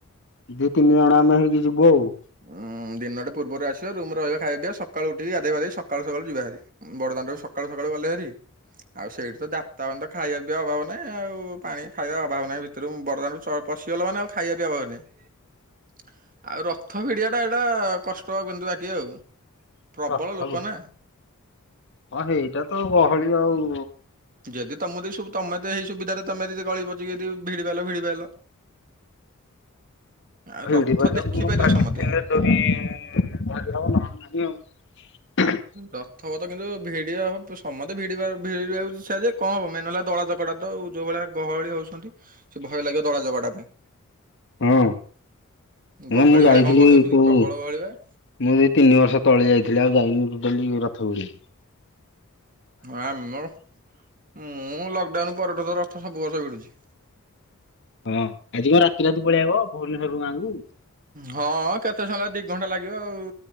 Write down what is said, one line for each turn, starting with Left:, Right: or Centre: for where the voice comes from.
Left: ଦି ତିନି ଜଣ ଆମେ ହେଇକି ଯିବୁ ଆଉ।
Right: ଉଁ ଦିନଟେ ପୂର୍ବରୁ ଆସିବା ରୁମ ରହିବା ଖାଇବା ପିଇବା ସକାଳୁ ଉଠିକି ଗାଧେଇ ପଧେଇ ସକାଳୁ ସକାଳୁ ଯିବା ଭାରି। ବଡଦାଣ୍ଡଟାକୁୁ ସକାଳୁ ସକାଳୁ ଗଲେ ହାରି ଆଉ ସେଇଠି ତା ତାମାନେତ ଖାଇବା ବି ଅଭାବ ନାହିଁ। ଆଉ ପାଣି ଖାଇବା ଅଭାବ ନାହିଁ ଭିତରୁ ବରଦମାନରୁ ପଶିଗଲା ମାନେ ଆଉ ଖାଇବା ପିଇବି ଅଭାବ ନାହିଁ। ଆଉ ରଥ ଭିଡିଆ ଟା ଏଇଟା କଷ୍ଟ ଆଉ କିନ୍ତୁ ବାକି ଆଉ। ପ୍ରବଳ
Left: ରଥ
Right: ଲୋକ ନା।
Left: ହଁ ଏଇଟା ତ ଗହଳି ଆଉ।
Right: ଯଦି ତମକୁ ତମେ ତ ହେଇ ସୁବିଧାରେ ତମେ ଯଦି ଗଳି ପଚି ଯଦି ଭିଡି ପାଇଲ ଭିଡି ପାଇଲ। ଆଉ
Left: ଭିଡିପାଇଲା
Right: ରଥ ଦେଖିପାରିବ
Left: କୁ ମୁଁ <unintelligible>
Right: ସମତେ
Left: ତୁହିଁ ଭାଗିହବ ନହଲେ ନାହିଁ।
Right: ରଥପଥ କିନ୍ତୁ ଭିଡ ସମସ୍ତେ ଭିଡି ଭିଡିଉଛି ସ ଯେ କଣ ହବ ମେନ ହେଲା ଦଳା ଚକଟା। ଯୋଉ ଭଳିଆ ଗହଳି ହଉଛନ୍ତି। ସେ ଭୟ ଲାଗିବ ଦଳା ଚକଟା ପାଇଁ।
Left: ହଁ
Right: ଗହଳି
Left: ଏ ମୁଁ ଯାଇଥିଲି
Right: ଭଳିଆ କଣ ଗହଳି ଦଉଛନ୍ତି
Left: କୋଉ
Right: କି ପ୍ରବଳ ଗହଳି ପା।
Left: ମୁଁ ସେଇ ତିନି ବର୍ଷ ତଳେ ଯାଇଥିଲି ଆଉ ଯାଇନି ଟୋଟାଲି ରଥ ଭିଡି।
Right: ଆମର ମୁଁ ଲକଡାଉନ ପରଠୁ ତ ରଥ ସବୁ ବର୍ଷ ଭିଡ଼ୁଛି।
Left: ହଁ ଆଜି କଣ ରାତିରାତି ପଳେଇଆସିବ ଭୁବନେଶ୍ୱରରୁ ଗାଁକୁ?
Right: ହଁ କେତେ ସମୟ ଲାଗିବ ଦି ଘଣ୍ଟା ଲାଗିବ ଆଉ